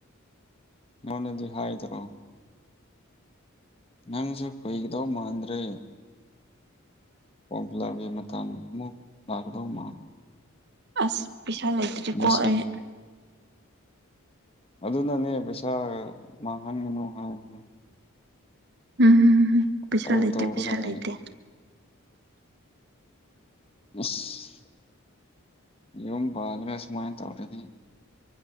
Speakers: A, on the left; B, on the right.
A: ꯃꯥꯅꯗꯤ ꯍꯥꯏꯗ꯭ꯔꯣ ꯅꯪꯁꯨ ꯀꯨꯏꯒꯗꯧ ꯃꯥꯟꯗ꯭ꯔꯦ ꯐꯣꯔꯝ ꯐꯤꯜꯔꯄꯀꯤ ꯃꯇꯥꯡ ꯑꯃꯨꯛ ꯂꯥꯛꯀꯗꯧ ꯃꯥ
B: ꯑꯁ ꯄꯩꯁꯥ ꯂꯩꯇ꯭ꯔꯤꯀꯣ
A: ꯑꯦꯠꯃꯤꯁꯟ
B: ꯑꯩ
A: ꯑꯗꯨꯅꯅꯦ ꯄꯩꯁꯥ ꯃꯥꯡꯍꯟꯒꯅꯨ ꯍꯥꯏꯕꯗꯣ
B: ꯎꯝ ꯄꯩꯁꯥ
A: ꯇꯧ
B: ꯂꯩꯇꯦ
A: ꯇꯧꯔꯒ
B: ꯄꯩꯁꯥ
A: ꯂꯩ
B: ꯂꯩꯇꯦ
A: ꯏꯁ ꯌꯨꯝ ꯄꯥꯜꯂꯒ ꯁꯨꯃꯥꯏꯟ ꯇꯧꯔꯗꯤ